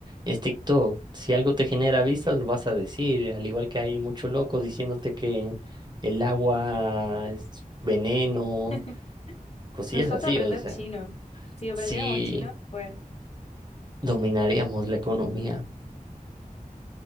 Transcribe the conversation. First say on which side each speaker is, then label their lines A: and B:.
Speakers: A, on the right (about 30°); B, on the left (about 45°).
A: es TikTok. Si algo te genera vistas, lo vas a decir. Al igual que hay mucho loco diciéndote que el agua es veneno,
B: <laughs>
A: cosillas
B: Nos falta
A: así,
B: aprender
A: o sea,
B: chino. Si aprendiéramos
A: sí
B: chino, pues...
A: dominaríamos la economía.